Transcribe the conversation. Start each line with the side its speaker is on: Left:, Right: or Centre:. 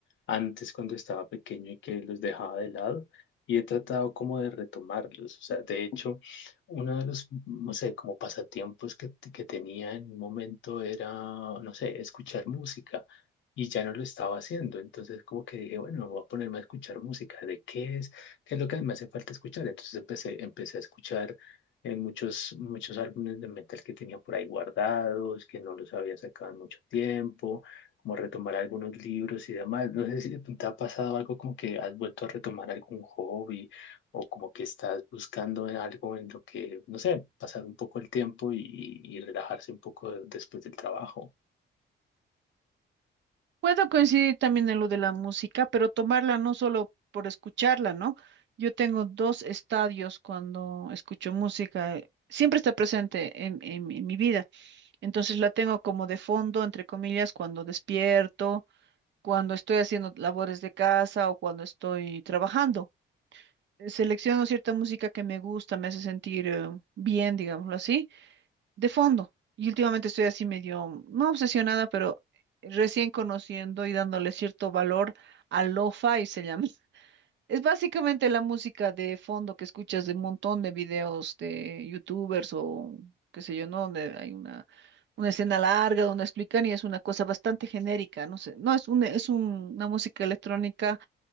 Left: antes cuando estaba pequeño y que los dejaba de lado. Y he tratado como de retomarlos. O sea, de hecho, uno de los, no sé, como pasatiempos que, te- que tenía en un momento era, no sé, escuchar música. Y ya no lo estaba haciendo. Entonces como que dije, bueno, voy a ponerme a escuchar música. ¿De qué es? que es lo que me hace falta escuchar. Entonces empecé, empecé a escuchar en muchos, muchos álbumes de metal que tenía por ahí guardados, que no los había sacado en mucho tiempo, como retomar algunos libros y demás. No sé si te ha pasado algo como que has vuelto a retomar algún hobby o como que estás buscando en algo en lo que, no sé, pasar un poco el tiempo y, y relajarse un poco después del trabajo.
Right: Puedo coincidir también en lo de la música, pero tomarla no solo por escucharla, ¿no? Yo tengo dos estadios cuando escucho música, eh, siempre está presente en, en mi mi vida, entonces la tengo como de fondo, entre comillas, cuando despierto, cuando estoy haciendo labores de casa o cuando estoy trabajando. Eh, Selecciono cierta música que me gusta, me hace sentir eh, bien, digámoslo así de fondo. Y últimamente estoy así medio, no obsesionada, pero recién conociendo y dándole cierto valor a lo-fi, se llama. <laughs> Es básicamente la música de fondo que escuchas de un montón de videos de youtubers o qué sé yo, ¿no? Donde hay una, una escena larga donde explican y es una cosa bastante genérica, no sé, no es un, es un- una música electrónica,